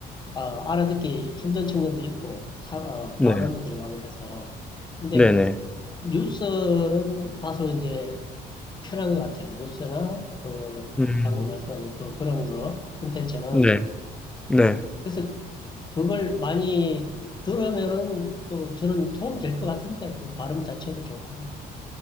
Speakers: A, on the left (about 25°); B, in the centre.
A: 아, 알아듣기 힘든 측면도 있고 사, 어,
B: 네.
A: 발음도 들어가고 해서 근데
B: 네. 네.
A: 뉴스는 다소 이제 편한 것 같아요. 뉴스나 그
B: 음.
A: 방금 말씀하신 그 그런 거 콘텐츠는
B: 네, 네.
A: 그래서 그걸 많이 들으면은 또 저는 도움 될 것 같은데, 그 발음 자체도 좋고.